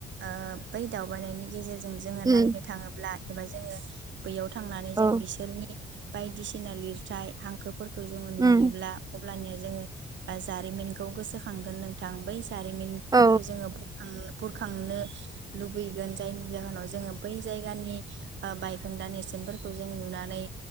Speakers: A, on the right; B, on the right.
A: ओ बै दावबायनायनि गेजेर जों जोङो
B: उम
A: नायनो थाङोब्ला एबा जोङो बैयाव थांनानै
B: औ
A: जों बिसोरनि बायदिसिना लिरथाय हांखो फोरफोरखौ जोङो नुयोब्ला
B: उम
A: अब्लानिया जोङो आ जारिमिनखौ गोसोखांगोन नोंथां बै जारिमिनफोरखौ
B: औ
A: जोङो बोखां बुरखांनो लुबैगोन जायनि जाहोनाव जोङो बै जायगानि ओ बायखोन्दा नेरसोनफोरखौ जों नुनानै